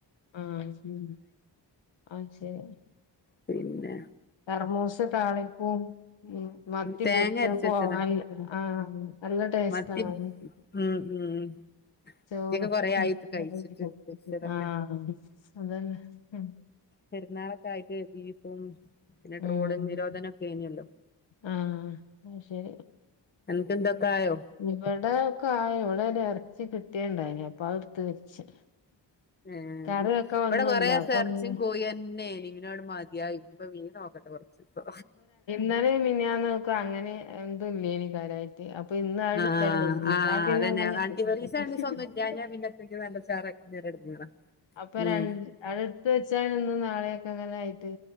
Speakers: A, on the left; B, on the left.
A: ആഹ് ഉം അഹ് ശരി
B: പിന്നെ
A: കറ്മുസ താളിപ്പും ഉം മത്തി
B: തേങ്ങ
A: പൊരിച്ച
B: അരച്ച
A: പോവാൻ
B: വെച്ചതാ
A: ആഹ് നല്ല ടേസ്റ്റ്
B: മത്തി
A: ആണ്
B: ഉം ഉം
A: ചോറും
B: മത്തിയൊക്കെ കൊറേ
A: <unintelligible>
B: ആയി കഴിച്ചിട്ട് പൊരിച്ചതൊക്കെ
A: ആഹ് അതെന്നെ
B: പെരുന്നാളൊക്കെ ആയിട്ട് ബീഫും പിന്നെ
A: ഉം
B: ട്രോളിംഗ് നിരോധനക്കെ ഏനിയല്ലോ
A: ആഹ് അയ്ശരി
B: അന്ക്ക്ന്തൊക്കായോ
A: ഇവിടെ ഒക്കെ ആ ഇവിടെ ഒര്ഇറച്ചി കിട്ടിയെണ്ടായി നി അപ്പോ അത് എടുത്ത് വെച്ച്
B: ആഹ്
A: കറി വെക്കാൻ
B: ഇവിടെ
A: ഒന്നുല്ല
B: കൊറെ
A: അപ്പൊ
B: സം എർച്ചിം
A: പിന്നെ
B: കോയി ന്നെ ഏനി പിന്ന ങ്ങട്ട് മതിയായി ഇനിപ്പോ മീൻ നോക്കട്ടെ കൊറച്ച് ഇപ്പൊ
A: ഇന്നാലേ മിൻ ഞാന്ന് ഒക്കെ അങ്ങനെ എന്തും ല്ലേ നി കാര്യായി ട്ട് അപ്പൊ ഇന്ന് അഹ്
B: ആഹ്
A: ടുത്ത് <unintelligible>
B: ആഹ്
A: ന്നാ പിന്നെ
B: അതന്നെ
A: ങ്ങനെ
B: ആന്റി
A: <unintelligible>
B: ഒരീസം രണ്ടീസം ഒന്നും ഇല്ലാഞ്ഞാ പിന്നെ നല്ല ചാറ് <unintelligible> എടങ്ങേറാ
A: അപ്പ രണ്ട്
B: ഉം
A: അടെ ട്ത്ത് വെച്ചാല്ല് ഇന്ന് നാളെയൊക്കെ അങ്ങനെ ആയിട്ട്